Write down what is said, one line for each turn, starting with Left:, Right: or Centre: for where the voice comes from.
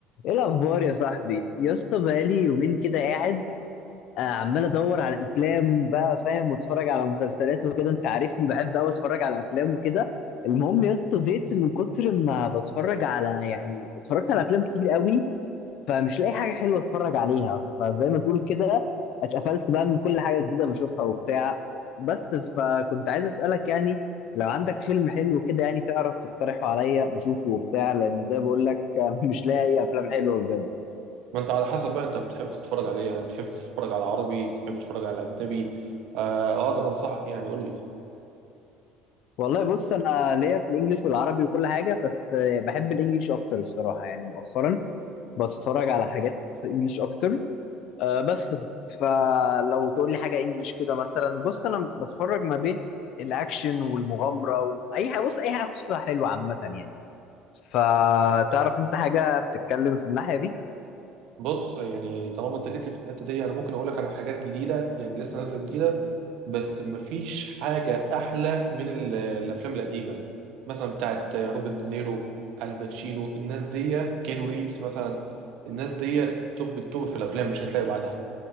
Left: ايه الاخبار يا صاحبي يا اسطى بقالي يومين كده قاعد آه، عمال ادور على افلام بقى فاهم واتفرج على مسلسلات وكده انت عارفني بحب قوي اتفرج على افلام وكده المهم يا اسطى زهقت من كتر ما بتفرج على يعني اتفرجت على افلام كتير قوي فمش لاقي حاجه حلوه اتفرج عليها فزي ما تقول كده اتقفلت بقى من كل حاجه جديده بشوفها وبتاع بس فكنت عايز اسالك يعني لو عندك فيلم حلو كده يعني تعرف تقترحه عليا اشوفه وبتاع لان زي ما بقول لك <laughs> آه، مش لاقي افلام حلوه بجد
Right: ما انت على حسب بقى انت بتحب تتفرج على ايه يعني بتحب تتفرج على عربي بتحب تتفرج على اجنبي آه آه، اقدر انصحك يعني قول لي
Left: والله بص انا ليا في الانجليش والعربي وكل حاجه بس آه، بحب الانجليش اكتر الصراحه يعني مؤخرا بتفرج على حاجات انجليش اكتر آه، بس فلو تقول لي حاجه انجليش كده مثلا بص انا بتفرج ما بين الاكشن والمغامره واي حاجه بص اي حاجه قصه حلوه عامه يعني فتعرف انت حاجه بتتكلم في الناحيه دي
Right: بص يعني طالما انت جيت لي في الحته دي انا ممكن اقول لك على حاجات جديده يعني لسه نازله جديده بس مفيش حاجه احلى من ال- الافلام القديمه مثلا بتاعت روبرت دينيرو الباتشينو الناس دي كانو ريفز مثلا الناس دي توب التوب في الافلام مش هتلاقي بعدها